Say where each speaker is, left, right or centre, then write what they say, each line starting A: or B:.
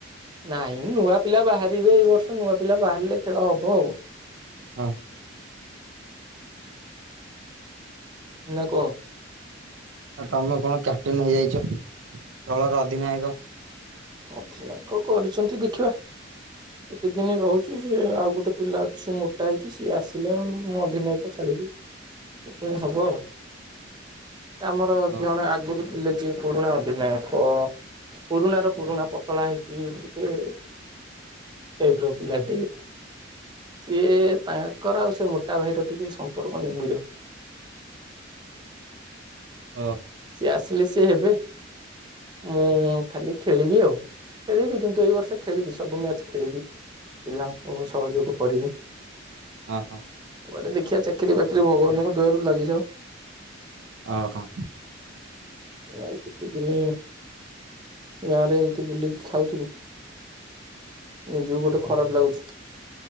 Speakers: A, on the right; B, on the right.
A: ନାଇଁ ନୂଆ ପିଲା ବାହାରିବେ ଏଇ ବର୍ଷ। ନୂଆ ପିଲା ବାହାରିଲେ ଖେଳ ହବ ଆଉ।
B: ହଁ।
A: ହଁ ଭାଇ କୁହ।
B: ଆଉ ତମେ କଣ କ୍ୟାପଟେନ ହେଇଯାଇଚ ଦଳର ଅଧିନାୟକ?
A: ଅଧିନାୟକ କରିଚନ୍ତି ଦେଖିବା।
B: <inaudible>
A: କେତେ ଦିନ ରହୁଚି ସେ ଆଉ ଗୋଟେ ପିଲା ଅଛି ମୋଟା ହେଇକି ସିଏ ଆସିଲେ ମୁଁ ଅଧିନାୟକ ଛାଡ଼ିବି। ଏ ପୁଣି ହବ। ଆମର
B: ଓ
A: ଜଣେ ଆଗରୁ ଥିଲେ ଯିଏ ପୁରୁଣା ଅଧିନାୟକ। ପୁରୁଣା ର ପୁରୁଣା ପତଳା ହେଇକି ଟିକେ ଟାଇପ ର ପିଲାଟି। ସିଏ ତାଙ୍କର ଆଉ ସେ ମୋଟା ଭାଇର ଟିକେ ସମ୍ପର୍କ ନିବିଡ।
B: ଓହୋ।
A: ସିଏ ଆସିଲେ ସିଏ ହେବେ। ମୁଁ ଖାଲି ଖେଳିବି ଆଉ। ଖେଳିବି କିନ୍ତୁ ଏଇ ବର୍ଷ ଖେଳିବି ସବୁ ମ୍ୟାଚ ଖେଳିବି। ପିଲାଙ୍କୁ ସହଯୋଗ କରିବ।
B: ହଁ, ହଁ।
A: କୁଆଡ଼େ ଦେଖିଆ ଚାକିରି ବାକିରି ଭଗବାନଙ୍କ ଦୟାରୁ ଲାଗିଯାଉ।
B: ଅ ହଁ।
A: ଆଉ କେତେ ଦିନି ଗାଁ ରେ ଏମିତି ବୁଲିକି ଖାଉଥିବି ନିଜିକୁ ଗୋଟେ ଖରାପ ଲାଗୁଛି।